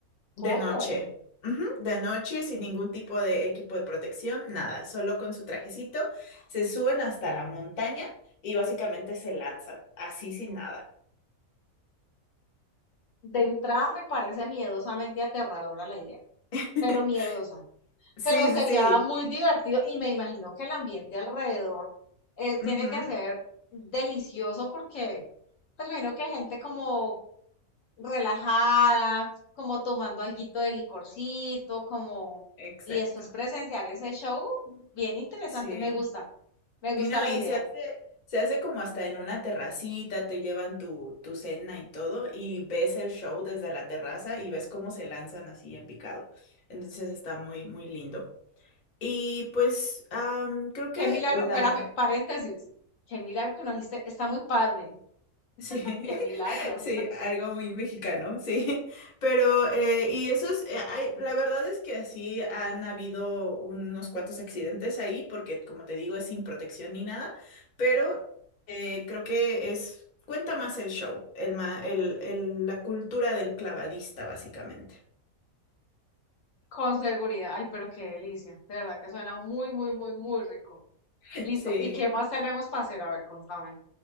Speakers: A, on the left; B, on the left.
A: ¿Cómo?
B: De noche. Ujú, De noche, sin ningún tipo de equipo de protección, nada, solo con su trajecito, se suben hasta la montaña y básicamente se lanzan, así sin nada.
A: De entrada me parece miedosamente aterradora la idea,
B: <laughs>
A: pero miedosa.
B: Sí,
A: Pero sería
B: sí, sí.
A: muy divertido y me imagino que el ambiente alrededor eh, tiene
B: Ujú,
A: que ser delicioso porque pues, me imagino que gente como relajada, como tomando alguito de licorcito, como...
B: Exacto.
A: Y después presenciar ese show, bien interesante,
B: Sí.
A: me gusta, me gusta
B: Y no,
A: la
B: y
A: idea.
B: se hace, se hace como hasta en una terracita, te llevan tu, tu cena y todo, y ves el show desde la terraza y ves cómo se lanzan así en picado. Entonces está muy, muy lindo. Y pues am, creo que
A: Qué milagro,
B: la,
A: espérame, paréntesis, qué milagro que nos dijiste, está muy padre,
B: Sí,
A: <laughs>
B: <laughs>
A: qué milagro.
B: sí, algo muy mexicano, sí. Pero, eh, y esos, eh, hay- la verdad es que así han habido unos cuantos accidentes ahí, porque como te digo, es sin protección ni nada, pero eh, creo que es, cuenta más el show, el, ma- el, el- la cultura del clavadista, básicamente.
A: Con seguridad. Ay, pero qué delicia. De verdad que suena muy, muy, muy, muy rico.
B: <laughs>
A: Listo.
B: Sí,
A: ¿Y qué más tenemos para hacer? A ver, contame.